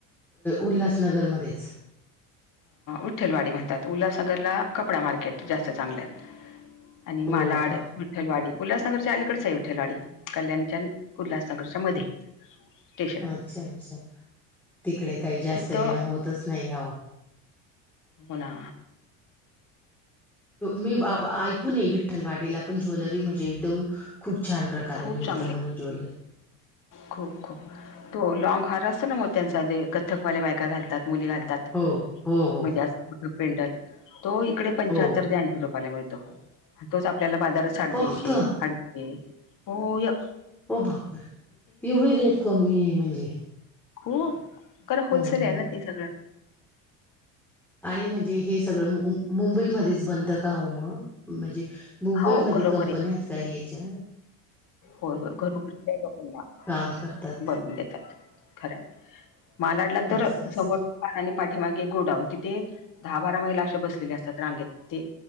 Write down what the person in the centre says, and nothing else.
उल्हासनगरमध्येच
हो
का?
अच्छा अच्छा तिकडे काही जास्त
येणं होतच नाही आवं
मी ऐकून विठ्ठल वाटीला पण ज्वेलरी म्हणजे एकदम खूप छान प्रकार
मिळते
म्हणे जले
हो, हो, हो,
हो.
फक्त
हो बापर यवढी रेट कमी आहे म्हणजे
हं, हं.
आणि म्हणजे हे सगळं मुंबईमध्येच बन त का हो मग म्हणजे मुंबईमध्ये
कंपन्या आहेत का याच्या
काम करतात
असं असं